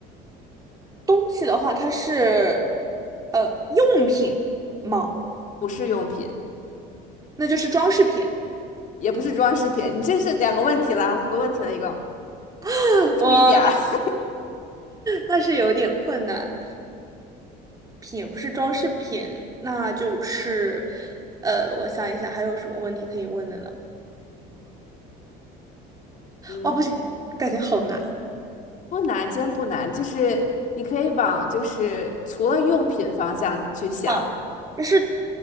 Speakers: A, on the right (about 20°); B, on the left (about 45°).
A: 东西的话，它是呃用品吗？
B: 不是用品？
A: 那就是装饰品。
B: 也不是装饰品。你这是两个问题了，五个问题了，一共，
A: <laughs>
B: 注意点儿。
A: 哇，那
B: <laughs>
A: 那是有点困难。品，也不是装饰品，那就是，呃，我想一想还有什么问题可以问的呢？
B: 嗯，
A: 哦，不行，感觉好难。
B: 不难，真不难，就是你可以往就是除了用品方向去想，
A: 啊！这是